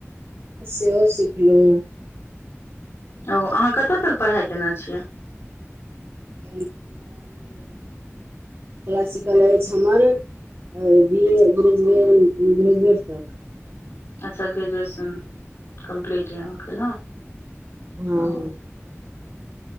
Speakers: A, on the right; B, on the left.
A: सेहो सिखलू
B: ओ अहाँ कतऽ तक पढ़ाई केने छियै
A: <unintelligible> क्लासिकल अछि हमर बी ए ग्रेजुए ग्रेजुएट तक
B: अच्छ ग्रेजुएशन कम्पलीट यऽ अहाँकेँ न
A: हँ
B: ह